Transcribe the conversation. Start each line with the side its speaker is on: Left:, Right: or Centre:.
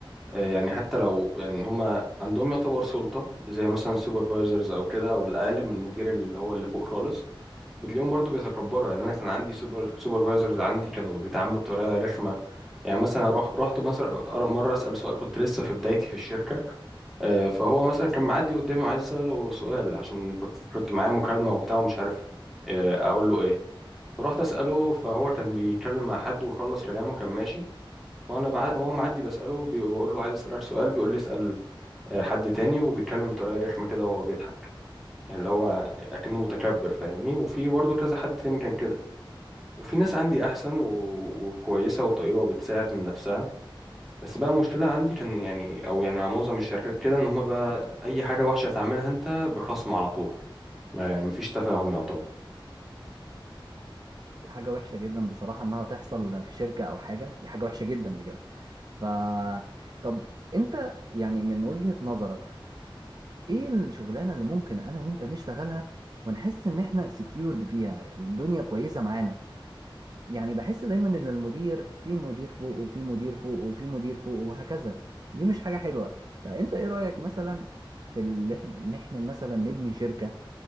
Centre: آه، يعني حتى لو يعني هم عندهم يعتبر سلطة زي مثلا سوبرفايزرز أو كده أو الأقل من المدير اللي هو اللي فوق خالص بتلاقيهم برضو بيتكبروا يعني أنا كان عندي سوبر سوبرفايزرز عندي كانوا بيتعاملوا بطريقة رخمة يعني مثلا روح رحت مثلا مرة أسأل سؤال كنت لسه في بدايتي في الشركة آه، فهو مثلا كان معدي قدامي وعايز اساله سؤال عشان كنت كنت معايا مكالمه وبتاع ومش عارف آه، اقول له ايه فرحت اساله فهو كان بيتكلم مع حد وخلص كلامه كان ماشي وانا بع... هو معدي بساله بي... بقول له عايز اسالك سؤال بيقول لي اسال آه، حد تاني وبيتكلم بطريقه رخمه كده وهو بيضحك يعني اللي هو اكنه متكبر فاهمني وفي برضه كذا حد تاني كان كده وفي ناس عندي احسن و... وكويسه وطيبه وبتساعد من نفسها بس بقى المشكله عندي كان يعني او يعني مع معظم الشركات كده ان هم بقى اي حاجه وحشه تعملها انت بخصم على طول ما يعني مفيش تفاهم يعتبر
Right: دي حاجة وحشة جدا بصراحة إنها تحصل في شركة أو حاجة دي حاجة وحشة جدا بجد ف طب أنت يعني من وجهة نظرك إيه الشغلانة اللي ممكن أنا وأنت نشتغلها ونحس إن إحنا سكيورد فيها الدنيا كويسة معانا يعني بحس دايما ان المدير في مدير فوق وفي مدير فوق وفي مدير فوق وهكذا دي مش حاجة حلوة فانت ايه رأيك مثلا في ال- ان احنا مثلا نبني شركة